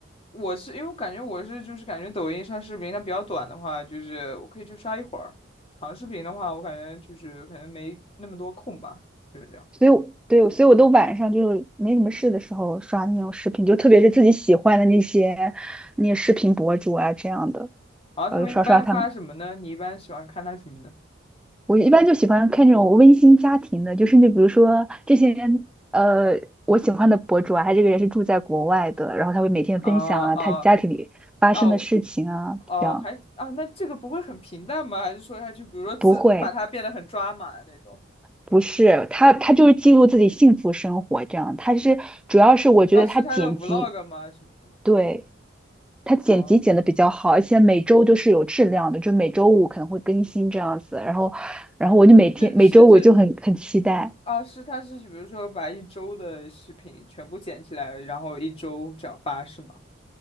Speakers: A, on the left; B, in the centre.
A: 我是因为我感觉我是就是感觉抖音上视频它比较短的话，就是我可以去刷一会儿；长视频的话，我感觉就是可能没那么多空吧，就是这样。
B: 所以我对，所以我都晚上就没什么事的时候刷那种视频，就特别是自己喜欢的那些那些视频博主啊这样的，
A: 然后他们一般发什么呢？
B: 然后就刷刷他们。
A: 你一般喜欢看他什么呢？
B: 我一般就喜欢看这种温馨家庭的，就是你比如说这些人，呃，我喜欢的博主啊，他这个人是住在国外的，然后他会每天分享啊他家庭里发生的事情啊，
A: 啊啊啊！我哦，
B: 这样
A: 还啊，那这个不会很平淡吗？还是说他就比如说自把它变得很抓马那种？
B: 不会。不是，他他就是记录自己幸福生活，这样。他是主要是我觉得他剪辑，
A: 啊，是他的 vlog 吗？什么的？
B: 对。他剪辑剪的比较好，
A: 哦，
B: 而且每周都是有质量的，就每周五可能会更新这样子。然后，然后我就每天每周五就很很期待，
A: 是是是啊，是他是比如说把一周的视频全部剪起来，然后一周这样发是吗？